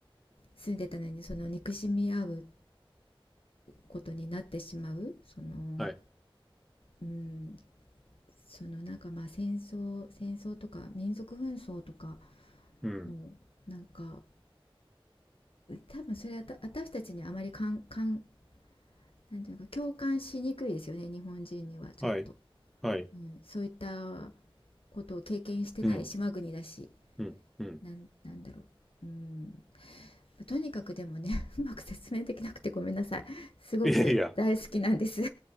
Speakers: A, on the left; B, in the centre.
A: 住んでたのにその憎しみ合うことになってしまうその、
B: はい、
A: うん、そのなんかまあ戦争戦争とか民族紛争とか
B: うん、
A: のなんか多分それはた私たちにあまりかんかんなんていうか共感しにくいですよね日本人にはちょっと、
B: はい、はい、
A: うん、そういったことを経験してない島国だし
B: うん、うん、うん。
A: なんなんだろううーんとにかくでもね <laughs> うまく説明できなくてごめんなさいすごく大好きなんです
B: いやいや、